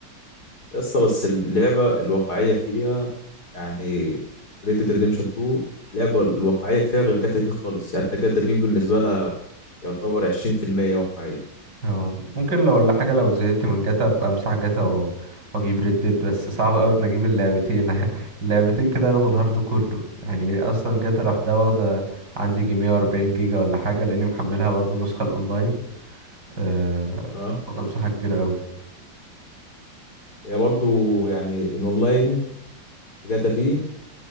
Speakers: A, on the left; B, on the right.
A: يا اسطى بس اللعبه الواقعيه فيها يعني ريد ديد ريديمشن 2 اللعبه الواقعيه فيها غير جاتا في خالص يعني حتى جاتا في بالنسبه لها يعتبر 20% واقعيه
B: اه ممكن لو ولا حاجة لو زهقت من جاتا ابقى امسح جاتا و- واجيب ريدت بس صعب اوي ان اجيب اللعبتين <laughs> اللعبتين كده ياخدوا الهارد كله يعني اصلا جاتا لوحدها واخدة عندي جي 140 جيجا ولا حاجة لاني محملها برضو النسخة الاونلاين آه
A: اه
B: فاخدة مساحة كبيرة اوي
A: هي برضو يعني الاونلاين جاتا في